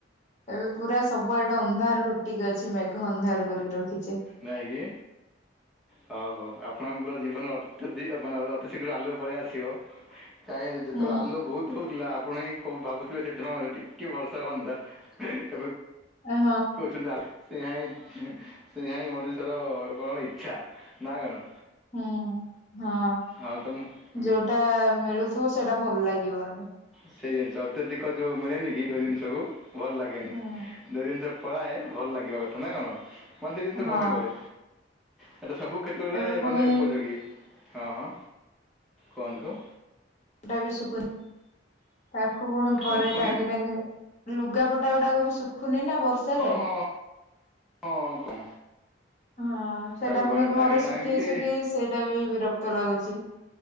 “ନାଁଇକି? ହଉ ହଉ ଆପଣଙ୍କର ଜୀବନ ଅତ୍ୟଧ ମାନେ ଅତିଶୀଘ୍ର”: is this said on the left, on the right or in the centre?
Centre